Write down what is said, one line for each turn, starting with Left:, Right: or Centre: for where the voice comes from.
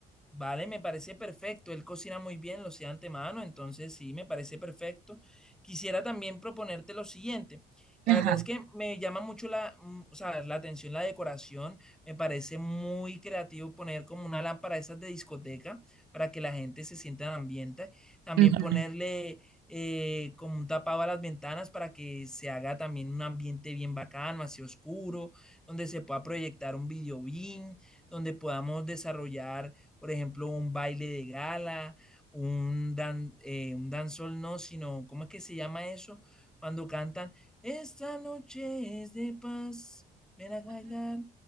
Centre: Vale, me parece perfecto. Él cocina muy bien, lo hacía de antemano, entonces sí, me parece perfecto. Quisiera también proponerte lo siguiente. La
Right: Ajá.
Centre: verdad es que me llama mucho la, mm, o sea, la atención la decoración. Me parece muy creativo poner como una lámpara de esas de discoteca para que la gente se sienta en ambiente. También
Right: <laughs> Ujú.
Centre: ponerle eh, como un tapado a las ventanas para que se haga también un ambiente bien bacano, así oscuro, donde se pueda proyectar un video bien, donde podamos desarrollar por ejemplo, un baile de gala, un, dan, eh, un dancehall no, sino, ¿cómo es que se llama eso? Cuando cantan, esta noche es de paz, ven a bailar.